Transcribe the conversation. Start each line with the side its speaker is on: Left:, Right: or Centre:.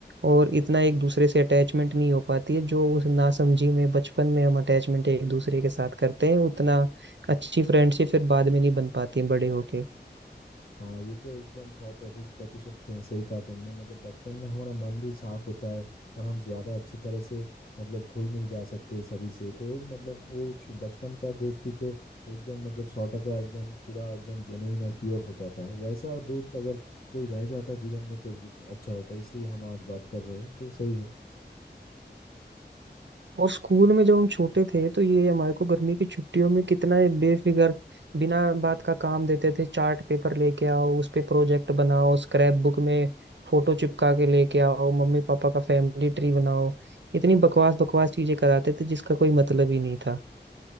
Right: और इतना एक दूसरे से अटैचमेंट नहीं हो पाती है जो उस नासमझी में बचपन में हम अटैचमेंट एक दूसरे के साथ करते हैं उतना अच्छी फ्रेंडशिप फिर बाद में नहीं बन पाती है बड़े होके
Left: हाँ ये तो एकदम सौ प्रतिशत प्रतिशत सही कहा तुमने मतलब बचपन में हमारा मन भी साफ होता है और हम ज्यादा अच्छी तरह से मतलब घुल मिल जा सकते हैं सभी से तो मतलब वो छु- बचपन का दोस्ती तो एकदम मतलब सौ टका एकदम पूरा एकदम जेनुइन और प्योर होता था वैसा दोस्त अगर कोई रह जाता जीवन में तो वो अच्छा होता इसलिए हम आज बात कर रहे हैं तो सही है
Right: और स्कूल में जब हम छोटे थे तो ये हमारे को गर्मी की छुट्टियों में कितना ये बेफिक्र बिना बात का काम देते थे चार्ट पेपर लेके आओ उस पे प्रोजेक्ट बनाओ स्क्रैप बुक में फोटो चिपका के लेके आओ मम्मी पापा का फैमिली ट्री बनाओ इतनी बकवास बकवास चीजें कराते थे जिसका कोई मतलब ही नहीं था